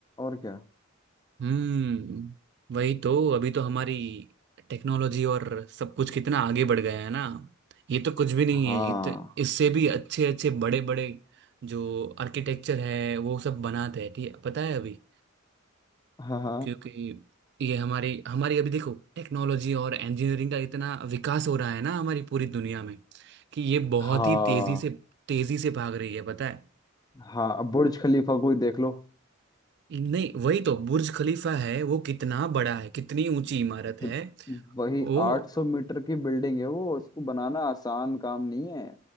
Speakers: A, on the left; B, on the right.
A: और क्या
B: हम्म वही तो अभी तो हमारी टेक्नोलॉजी और सब कुछ कितना आगे बढ़ गया है ना ये तो कुछ भी नहीं
A: हाँ
B: है इत, इससे भी अच्छे अच्छे बड़े बड़े जो आर्किटेक्चर है वो सब बनाते हैं ठीक है पता है अभी
A: हाँ हाँ
B: क्योंकि ये हमारी हमारी अभी देखो टेक्नोलॉजी और इंजीनियरिंग का इतना विकास हो रहा है ना हमारी पूरी दुनिया में कि ये बहुत
A: हाँ।
B: ही तेजी से तेजी से भाग रही है पता है
A: हाँ अब बुर्ज खलीफा को ही देख लो
B: नहीं वही तो बुर्ज खलीफा है वो कितना बड़ा है कितनी ऊंची इमारत है
A: कि वही
B: वो
A: 800 मीटर की बिल्डिंग है वो उसको बनाना आसान काम नहीं है